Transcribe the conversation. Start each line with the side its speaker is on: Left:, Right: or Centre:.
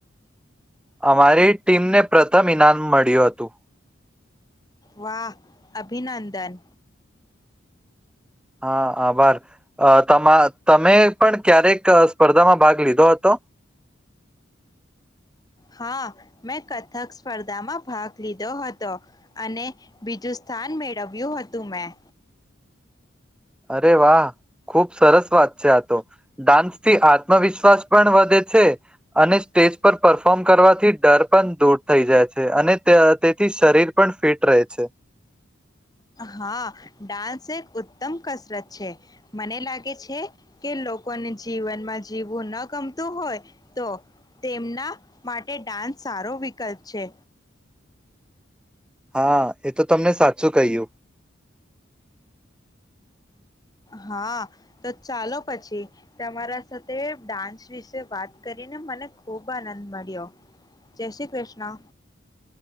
Centre: અમારી ટીમને પ્રથમ ઇનામ મળ્યું હતું.
Left: વાહ! અભિનંદન.
Centre: હા, આભાર તમા તમે પણ ક્યારેક સ્પર્ધામાં ભાગ લીધો હતો?
Left: હા, મેં કથક સ્પર્ધામાં ભાગ લીધો હતો. અને બીજું સ્થાન મેળવ્યું હતું મેં.
Centre: અરે વાહ! ખુબ સરસ વાત છે આ તો. ડાન્સ થી આત્મવિશ્વાસ પણ વધે છે, અને સ્ટેજ પર પરફોર્મ કરવાથી ડર પણ દૂર થઈ જાય છે. અને તે તેથી શરીર પણ ફિટ રહે છે.
Left: હા ડાન્સ એક ઉત્તમ કસરત છે મને લાગે છે કે લોકોને જીવનમાં જીવવું ન ગમતું હોય તો તેમના માટે ડાન્સ સારો વિકલ્પ છે.
Centre: હા એ તો તમને સાચું કહ્યું.
Left: હા તો ચાલો પછી તમારા સાથે ડાન્સ વિશે વાત કરીને મને ખુબ આનંદ મળ્યો જય શ્રી કૃષ્ણ.